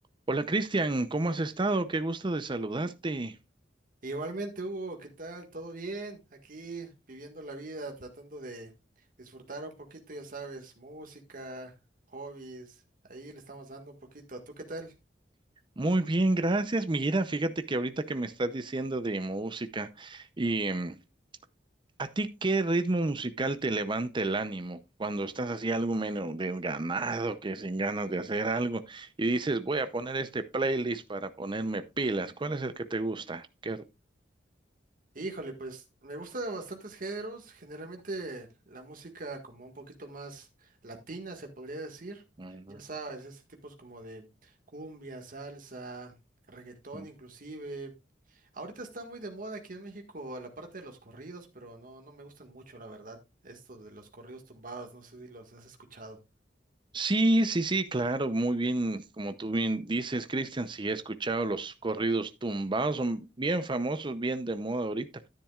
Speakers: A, on the right; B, on the right.
A: Hola Cristian, ¿cómo has estado? Qué gusto de saludarte.
B: Igualmente, Hugo, ¿qué tal? ¿Todo bien? Aquí viviendo la vida, tratando de disfrutar un poquito, ya sabes, música, hobbies, ahí le estamos dando un poquito. ¿Tú qué tal?
A: Muy bien, gracias. Mira, fíjate que ahorita que me estás diciendo de música y em, ¿a ti qué ritmo musical te levanta el ánimo cuando estás así algo menos desganado, que sin ganas de hacer algo y dices, voy a poner este playlist para ponerme pilas? ¿Cuál es el que te gusta? ¿Qué...
B: Híjole, pues me gusta bastantes géneros, generalmente la música como un poquito más latina, se podría decir.
A: Ujú,
B: Ya sabes, este tipo es como de cumbia, salsa, reggaetón
A: ujú.
B: inclusive. Ahorita está muy de moda aquí en México la parte de los corridos, pero no, no me gustan mucho, la verdad. Esto de los corridos tumbados, no sé si los has escuchado.
A: Sí, sí, sí, claro, muy bien, como tú bien dices, Cristian, sí he escuchado los corridos tumbados, son bien famosos, bien de moda ahorita,